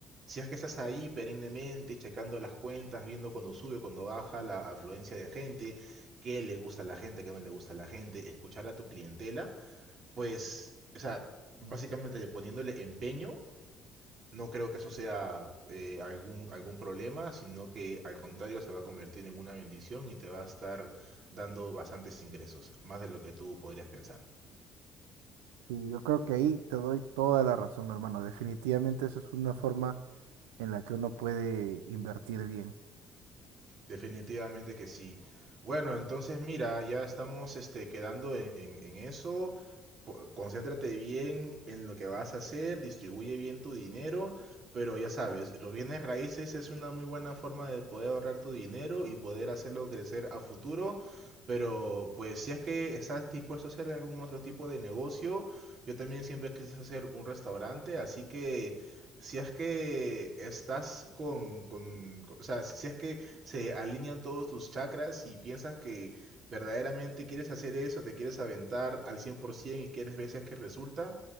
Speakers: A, on the right; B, on the right.
A: Si es que estás ahí perennemente checando las cuentas, viendo cuando sube, cuando baja la afluencia de gente, qué le gusta a la gente, qué no le gusta a la gente, escuchar a tu clientela, pues, o sea, básicamente poniéndole empeño, no creo que eso sea eh, algún, algún problema, sino que al contrario se va a convertir en una bendición y te va a estar dando bastantes ingresos, más de lo que tú podrías pensar.
B: Y yo creo que ahí te doy toda la razón, hermano. Definitivamente esa es una forma en la que uno puede invertir bien.
A: Definitivamente que sí. Bueno, entonces mira, ya estamos este, quedando en, en- en eso. Po- Concéntrate bien en lo que vas a hacer, distribuye bien tu dinero, pero ya sabes, los bienes raíces es una muy buena forma de poder ahorrar tu dinero y poder hacerlo crecer a futuro. Pero pues si es que estás dispuesto a hacer algún otro tipo de negocio, yo también siempre quise hacer un restaurante, así que si es que estás con, con, con- o sea, si si es que se alinean todos tus chakras y piensas que verdaderamente quieres hacer eso, te quieres aventar al 100% y quieres ver si es que resulta,